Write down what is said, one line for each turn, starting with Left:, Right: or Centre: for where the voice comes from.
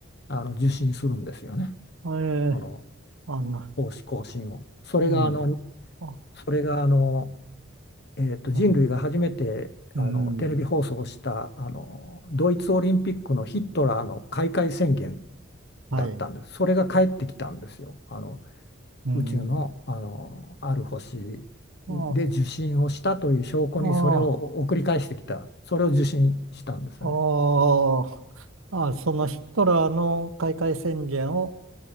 Left: あの受信するんですよね
Right: ええ、
Left: その
Right: あんな、
Left: 奉仕更新を。それがあの
Right: うん、あ、
Left: それがあの、えーと、
Right: あ、
Left: 人類が初めてあのテレビ放送したあのドイツオリンピックのヒットラーの開会宣言
Right: うん、はい、
Left: だったんです。それが帰ってきたんですよ。あの
Right: うん、
Left: 宇宙の、あのある星で受信をしたという証拠にそれを送り返してきたそれを受信したんですよね。
Right: あ、あ、あ、あ、そのヒトラーの開会宣言を、